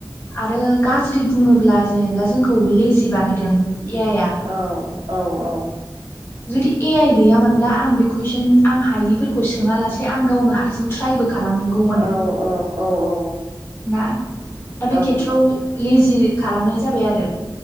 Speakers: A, on the left (about 25°); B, on the right (about 90°).
A: आरो गाज्रि बुङोब्ला जेनोब्ला जोंखौ लेजि बानायदों ए आइ आ
B: औ औ औ
A: जुदि ए आइ गैयामोनब्ला आं बे कुइसन आं हायिफोरखौ सोङा लासे आं गावनो हारसिं ट्रायबो खालामगौमोन
B: औ औ औ
A: ना दा बे
B: औ
A: खेथ्रआव
B: नंगौ नोंथां
A: लेजि खालामनाय जाबाय आरो